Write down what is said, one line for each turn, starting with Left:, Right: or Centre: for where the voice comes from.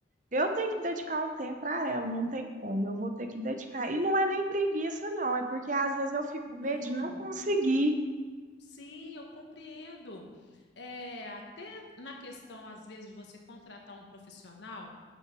Right: eu tenho que dedicar um tempo para ela, não tem como, eu vou ter que dedicar. E não é nem preguiça, não, é porque às vezes eu fico
Left: Não,
Right: com medo de não conseguir.
Left: Sim, eu compreendo. É, até na questão, às vezes, de você contratar um profissional,